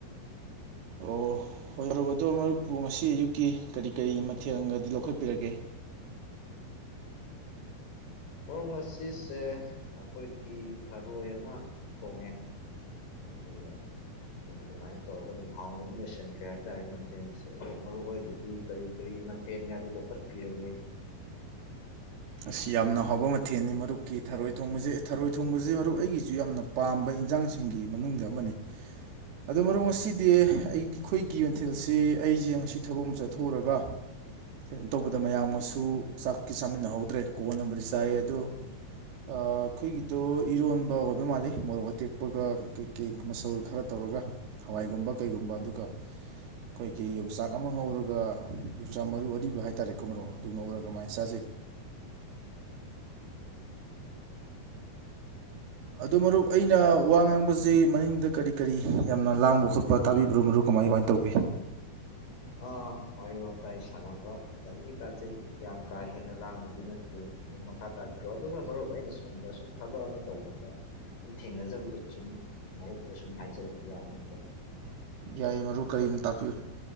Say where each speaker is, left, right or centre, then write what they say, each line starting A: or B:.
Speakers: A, on the right (about 80°); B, on the left (about 80°).
A: ꯑꯣ ꯍꯣꯏ ꯃꯔꯨꯞ ꯑꯗꯣ ꯃꯔꯨꯞꯄꯨ ꯉꯁꯤ ꯑꯌꯨꯛꯀꯤ ꯀꯔꯤ ꯀꯔꯤ ꯃꯊꯦꯜꯒꯗꯤ ꯂꯧꯈꯠꯄꯤꯔꯒꯦ
B: ꯃꯣꯡ ꯉꯁꯤꯁꯦ ꯑꯩꯈꯣꯏꯒꯤ ꯊꯔꯣꯏ ꯑꯃ ꯊꯣꯡꯉꯦ꯫ ꯑꯗꯨꯗ ꯑꯗꯨꯝ ꯑꯗꯨꯃꯥꯏꯅ ꯇꯧꯔꯒ ꯑꯗꯨꯝ ꯍꯥꯡꯅ ꯑꯗꯨꯝ ꯂꯣꯏꯁꯤꯟꯈ꯭ꯔꯦ ꯍꯥꯏꯇꯥꯔꯦ ꯃꯇꯦꯡꯁꯦ ꯑꯗꯣ ꯃꯔꯨ ꯍꯣꯏꯒꯤꯗꯤ ꯀꯔꯤ ꯀꯔꯤ ꯃꯥꯠ ꯇꯦꯡꯒꯗꯤ ꯂꯧꯈꯠꯄꯤꯔꯒꯦ꯫
A: ꯑꯁ ꯌꯥꯝꯅ ꯍꯥꯎꯕ ꯃꯊꯦꯜꯅꯤ ꯃꯔꯨꯞꯀꯤ ꯊꯔꯣꯏ ꯊꯣꯡꯕꯁꯦ ꯊꯔꯣꯏ ꯊꯣꯡꯕꯁꯦ ꯃꯔꯨꯞ ꯑꯩꯒꯤꯁꯨ ꯌꯥꯝꯅ ꯄꯥꯝꯕ ꯏꯟꯁꯥꯡꯁꯤꯡꯒꯤ ꯃꯅꯨꯡꯗ ꯑꯃꯅꯤ꯫ ꯑꯗꯨ ꯃꯔꯨꯞ ꯉꯁꯤꯗꯤ ꯑꯩꯈꯣꯏꯒꯤ ꯃꯥꯊꯦꯜꯁꯤ ꯑꯩꯁꯦ ꯉꯁꯤ ꯊꯕꯛ ꯑꯃ ꯆꯠꯊꯣꯛꯎꯔꯒ ꯀꯩꯅꯣ ꯇꯧꯕꯗ ꯃꯌꯥꯝꯒꯁꯨ ꯆꯥꯛꯇꯤ ꯆꯥꯃꯤꯟꯅꯍꯧꯗ꯭ꯔꯦ ꯀꯣꯟꯕꯨꯗꯤ ꯆꯥꯏ ꯑꯗꯣ ꯑ ꯑꯩꯈꯣꯏꯒꯤꯗꯣ ꯏꯔꯣꯟꯕ ꯑꯣꯏꯕ ꯃꯥꯜꯂꯤ ꯃꯣꯔꯣꯛ ꯑꯇꯦꯛꯄꯒ ꯀꯩ ꯀꯦꯛ ꯃꯁꯜ ꯈꯔ ꯇꯧꯔꯒ ꯍꯋꯥꯏꯒꯨꯝꯕ ꯀꯩꯒꯨꯝꯕ ꯑꯗꯨꯒ ꯑꯩꯈꯣꯏꯒꯤ ꯌꯣꯡꯆꯥꯛ ꯑꯃ ꯉꯧꯔꯒ ꯌꯣꯡꯆꯥꯛ ꯃꯔꯨ ꯑꯔꯤꯕ ꯍꯥꯏꯇꯥꯔꯦꯀꯣ ꯃꯔꯣ ꯑꯗꯨ ꯉꯧꯔꯒ ꯑꯗꯨꯃꯥꯏꯅ ꯆꯥꯖꯩ꯫ ꯑꯗꯨ ꯃꯔꯨꯞ ꯑꯩꯅ ꯋꯥ ꯉꯥꯡꯕꯁꯤ ꯃꯅꯤꯡꯗ ꯀꯔꯤ ꯀꯔꯤ ꯌꯥꯝꯅ ꯂꯥꯡꯕ ꯈꯣꯠꯄ ꯇꯥꯕꯤꯕ꯭ꯔꯣ ꯃꯔꯨꯞ ꯀꯃꯥꯏ ꯀꯃꯥꯏꯅ ꯇꯧꯒꯦ꯫
B: ꯑꯥ ꯋꯥꯔꯤ ꯋꯥꯇꯥꯏ ꯁꯥꯟꯅꯕ ꯈꯤꯇꯪꯗꯤ ꯇꯥꯖꯩ ꯌꯥꯝ ꯀꯥ ꯍꯦꯟꯅ ꯂꯥꯡꯕꯗꯤ ꯅꯠꯇꯦ꯫ ꯑꯗꯨꯝ ꯃꯈꯥ ꯇꯥꯕꯤꯔꯛꯑꯣ ꯑꯗꯨꯒ ꯃꯔꯨꯞ ꯑꯩꯅ ꯁꯣꯝꯗ ꯁꯨꯝ ꯊꯕꯛ ꯑꯃ ꯇꯧꯕꯗ ꯁꯨꯝ ꯊꯦꯡꯅꯖꯕꯗꯨ ꯁꯨꯝ ꯃꯔꯨꯞꯇ ꯁꯨꯝ ꯍꯥꯏꯖꯔꯛꯀꯦ ꯌꯥꯕ ꯅꯠꯇ꯭ꯔꯣ꯫
A: ꯌꯥꯏ ꯃꯔꯨꯞ ꯀꯔꯤꯅꯣ ꯇꯥꯛꯄꯤꯌꯨ꯫